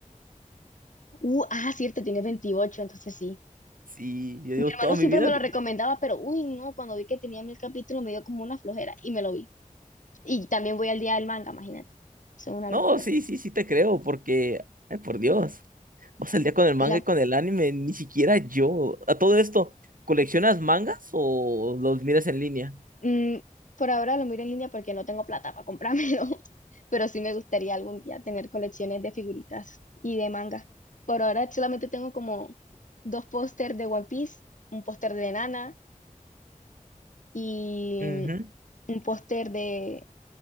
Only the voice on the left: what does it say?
Uh, ah, cierto, tiene 28, entonces sí.
Mi
hermano
siempre
me lo
recomendaba, pero uy, no, cuando vi que tenía mil capítulos me dio como una flojera y me lo vi. Y también voy al día del manga, imagínate. Eso es una
locura.
La,
mm, por ahora lo miro en línea porque no tengo plata para comprármelo, <laughs> pero sí me gustaría algún día tener colecciones de figuritas y de manga. Por ahora solamente tengo como dos pósters de One Piece, un póster de Nana y
un póster de